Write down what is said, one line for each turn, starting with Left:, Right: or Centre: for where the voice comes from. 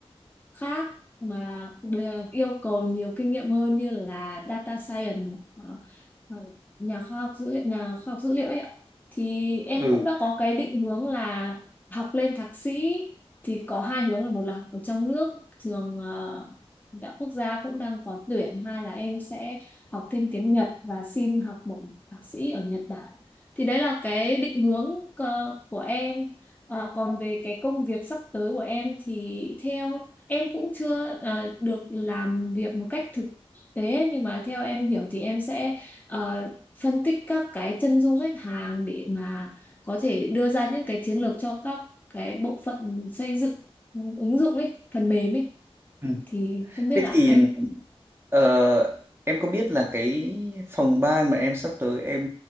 Left: khác mà được yêu cầu nhiều kinh nghiệm hơn như là data science ờ, ờ, nhà khoa học dữ liệu nhà khoa học dữ liệu ấy ạ thì em
Right: ừ,
Left: cũng đã có cái định hướng là học lên thạc sĩ thì có hai hướng là một là học ở trong nước trường ờ, đạo quốc gia cũng đang có tuyển hai là em sẽ học thêm tiếng Nhật và xin học bổng thạc sĩ ở Nhật Bản thì đấy là cái định hướng ờ, của em Ờ, còn về cái công việc sắp tới của em thì theo Em cũng chưa ờ, được làm việc một cách thực tế nhưng mà theo em hiểu thì em sẽ ờ, phân tích các cái chân dung khách hàng để mà có thể đưa ra những cái chiến lược cho các cái bộ phận xây dựng ứng dụng ấy, phần mềm ấy
Right: ừ.
Left: thì không biết
Right: thế
Left: là
Right: thì
Left: anh
Right: Ờ, em có biết là cái phòng ban mà em sắp tới em